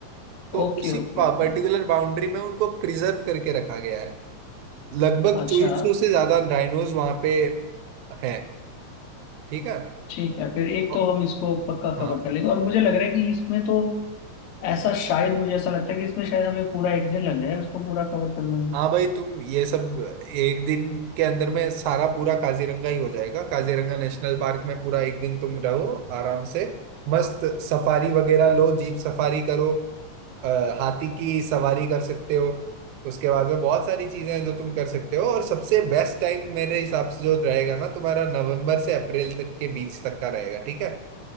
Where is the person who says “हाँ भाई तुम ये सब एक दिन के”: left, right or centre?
Right